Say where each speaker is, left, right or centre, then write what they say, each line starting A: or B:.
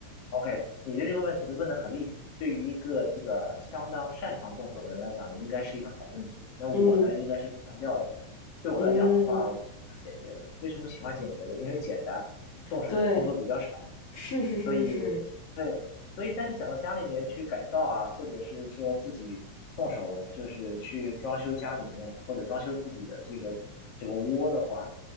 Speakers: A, on the left (about 50°); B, on the left (about 70°).
A: ，OK，你的这个问题的问的很立体，对于一个这个相当擅长动手的人来讲呢，应该是一个好问题。那我呢，
B: 嗯
A: 应该是个半吊子。对我来讲的话，
B: 嗯，
A: 我喜欢简洁的。为什么喜欢简洁的？因为简单，动手的工作比较少。
B: 对，是是是是，
A: 所以对，所以但是讲到家里面去改造啊，或者是说自己动手就是去装修家里面或者装修自己的这个这个窝的话，